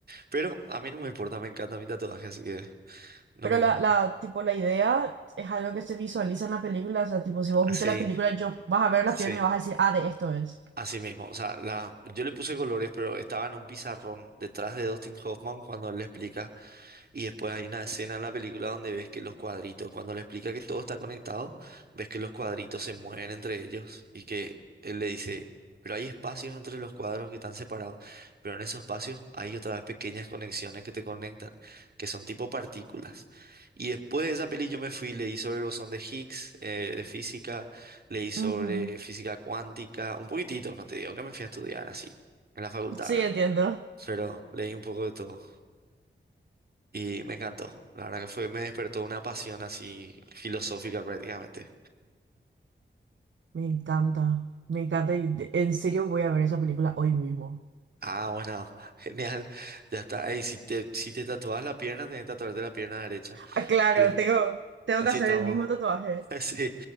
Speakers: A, on the right; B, on the right.
A: Pero a mí no me importa, me encanta mi tatuaje, así que no
B: Pero
A: me
B: la,
A: molesta.
B: la, tipo, la idea es algo que se visualiza en la película, o sea, tipo, si vos
A: Así,
B: viste la película, yo vas a ver
A: sí.
B: la pierna y vas
A: sí.
B: a decir, ah, de esto es.
A: Así mismo, o sea, la, yo le puse colores, pero estaba en un pizarrón detrás de Dustin Hoffman cuando él le explica. Y después hay una escena en la película donde ves que los cuadritos, cuando le explica que todo está conectado, ves que los cuadritos se mueven entre ellos y que él le dice, pero hay espacios entre los cuadros que están separados, pero en esos espacios hay otra vez pequeñas conexiones que te conectan, que son tipo partículas. Y después de esa peli yo me fui, leí sobre el bosón de Higgs, eh, de física, leí sobre
B: Ujú. Ujú.
A: física cuántica, un poquitito, no te digo que me fui a estudiar así, en la facultad,
B: Sí,
A: ¿verdad?
B: entiendo.
A: pero leí un poco de todo. Y me encantó. La verdad que fue, me despertó una pasión así filosófica prácticamente.
B: Me encanta, me encanta y de- en serio voy a ver esa película hoy mismo.
A: Ah, bueno, <laughs> genial. Ya está. Ey, si te, si te tatuabas la pierna, tenés que tatuarte la pierna derecha.
B: Ah, claro,
A: Así,
B: tengo, tengo
A: así
B: que hacer
A: estamos.
B: el mismo
A: <laughs>
B: tatuaje.
A: Sí.